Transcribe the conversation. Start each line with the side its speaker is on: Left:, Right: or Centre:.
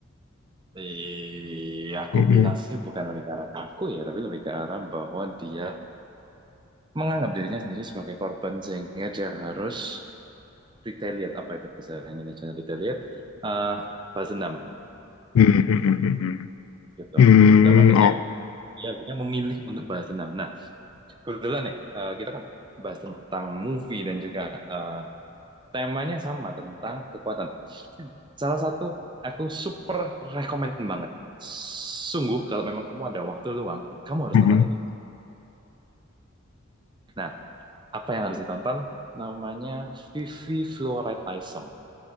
Right: eh, aku
Left: hmm
Right: bilang sih bukan lebih ke arah kaku ya, tapi lebih ke arah bahwa dia menganggap dirinya sendiri sebagai korban sehingga dia harus retaliate apa itu bahasa Indonesia retaliate, eh balas dendam
Left: hmm hmm hmm
Right: gitu.
Left: hmm
Right: Dalam arti
Left: oh
Right: ya, dia akhirnya memilih untuk balas dendam. Nah, Kebetulan ya, eh, kita kan bahas tentang movie dan juga eh, temanya sama tentang kekuatan. Salah satu aku super rekomend banget. Sungguh kalau memang kamu ada waktu luang, kamu harus
Left: hmm
Right: nonton ini. Nah, apa yang harus ditonton? Namanya Vivi Fluoride Eye Song.